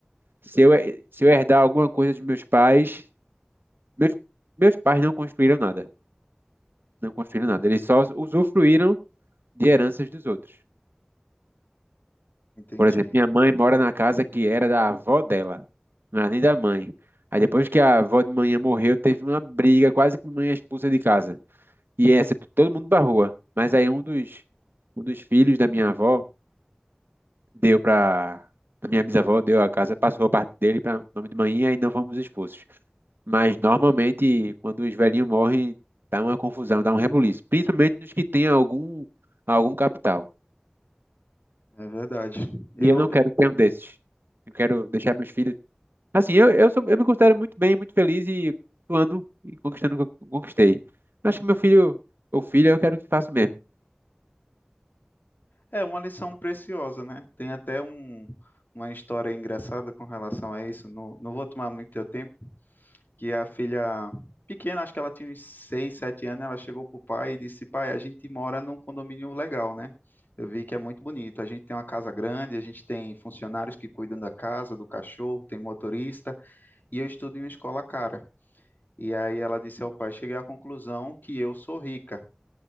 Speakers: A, on the right; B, on the left.
A: Se eu, se eu herdar alguma coisa dos meus pais, meus, meus pais não construíram nada. não construíram nada. Eles só usufruíram de heranças dos outros.
B: Entendi.
A: Por exemplo, minha mãe mora na casa que era da avó dela, não era nem da mãe. Aí depois que a avó de manhã morreu, teve uma briga, quase que mãe expulsa de casa. E essa, todo mundo pra rua. Mas aí um dos, um dos filhos da minha avó deu pra. A minha bisavó deu a casa, passou a parte dele para nome de manhã e não fomos expulsos. Mas normalmente, quando os velhinhos morrem, dá uma confusão, dá um rebuliço. Principalmente nos que têm algum, algum capital.
B: É verdade. Eu,
A: E eu não quero ter um desses. Eu quero deixar meus filhos. Assim, eu, eu, sou, eu me considero muito bem, muito feliz e ando e conquistando o que eu conquistei. Acho que meu filho ou filha eu quero que faça o mesmo.
B: é uma lição preciosa, né? Tem até um, uma história engraçada com relação a isso. Não, não vou tomar muito teu tempo. que a filha pequena, acho que ela tinha uns 6 7 anos, ela chegou pro pai e disse: "Pai, a gente mora num condomínio legal, né? Eu vi que é muito bonito. A gente tem uma casa grande, a gente tem funcionários que cuidam da casa, do cachorro, tem motorista, e eu estudo em uma escola cara." E aí ela disse ao pai: "Cheguei à conclusão que eu sou rica."